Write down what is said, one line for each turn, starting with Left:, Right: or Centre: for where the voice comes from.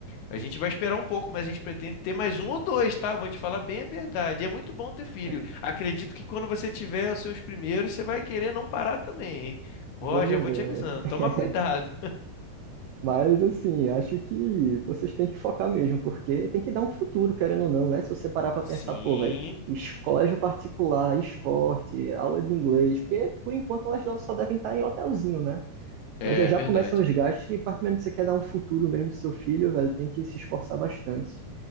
Left: a gente vai esperar um pouco, mas a gente pretende ter mais um ou dois, tá? Vou te falar bem a verdade. É muito bom ter filho.
Right: é,
Left: Acredito que quando você tiver os seus primeiros, você vai querer não parar também, hein?
Right: vamos
Left: Ó, já vou
Right: ver.
Left: te avisando.
Right: <laughs>
Left: Toma cuidado.
Right: Mas, assim, acho que vocês têm que focar mesmo, porque tem que dar um futuro, querendo ou não, né? Se você parar para
Left: <laughs>
Right: pensar,
Left: Sim,
Right: pô, velho, colégio particular, esporte, aula de inglês, porque por enquanto elas só devem estar em hotelzinho, né?
Left: é
Right: Mas já já
Left: verdade.
Right: começam os gastos e, particularmente, se você quer dar um futuro mesmo pro seu filho, velho, tem que se esforçar bastante.